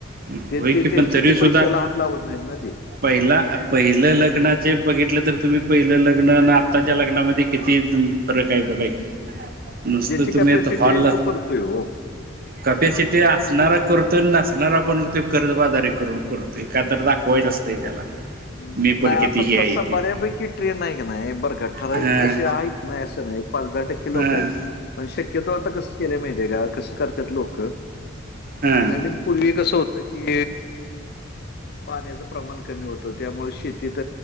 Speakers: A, on the right; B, on the left.
A: हम्म
B: ते
A: होय
B: ते
A: की
B: त्यांचे
A: पण तरी
B: ते
A: सुद्धा
B: पैशा ला हात लावत नाहीत ना ते
A: पहिला पहिलं लग्नाचे बघितलं तर तुम्ही पहिलं लग्न ना आत्ताच्या लग्नामध्ये किती तुम्ही. खरं काही बघा की नुसत
B: ज्याची
A: तुम्ही
B: कॅपॅसिटी
A: हॉलला
B: आहे तो करतोय हो
A: कपॅसिटी ते असणार करतोय आणि नसणारा पण ते कर्जबाजारी करून करतोय का तर दाखवायच असतंय त्याला ते
B: अं,
A: मी
B: नाही
A: पण
B: आता
A: किती हे आहे
B: तसा बऱ्यापैकी ट्रेन आहे का नाही बर का ठराविक
A: ह
B: तसे आहेत नाही असं नाही पाच दहा टक्के लोक
A: ह
B: आहेत पण शक्यतो आता कस हे केलंय माहीत आहे का कस करतात लोक
A: ह
B: नवीन पूर्वी कसं होतं की पाण्याचं प्रमाण कमी होतं त्यामुळे शेतीत